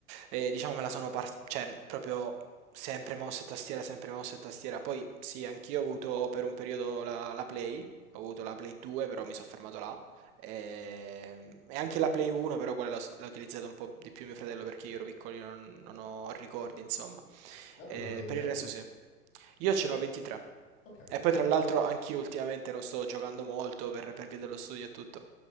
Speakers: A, on the right (about 15°); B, on the left (about 55°).
A: e diciamo me la sono, par- cioè, proprio sempre mouse e tastiera, sempre mouse e tastiera. Poi, sì, anch'io ho avuto per un periodo la, la Play, ho avuto la Play 2, però mi sono fermato là, e, e anche la Play 1, però quella l'ho s- l'ha utilizzata un po' di più mio fratello, perché io ero piccolino, non, non ho ricordi, insomma.
B: Dato
A: Ehm,
B: quanti anni
A: per
B: hai
A: il resto
B: tu?
A: sì. Io ce n'ho 23.
B: Ok.
A: E poi tra l'altro anch'io ultimamente non sto giocando molto per per via dello studio e tutto.